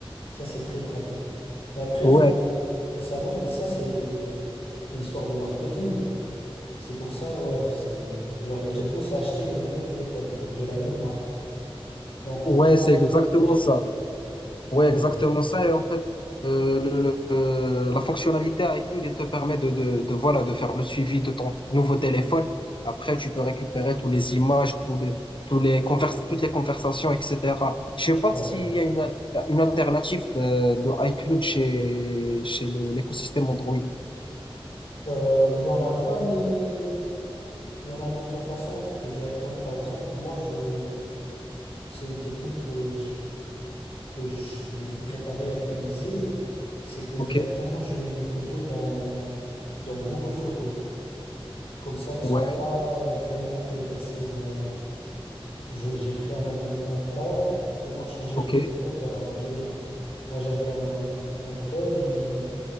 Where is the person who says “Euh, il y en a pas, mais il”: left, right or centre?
Left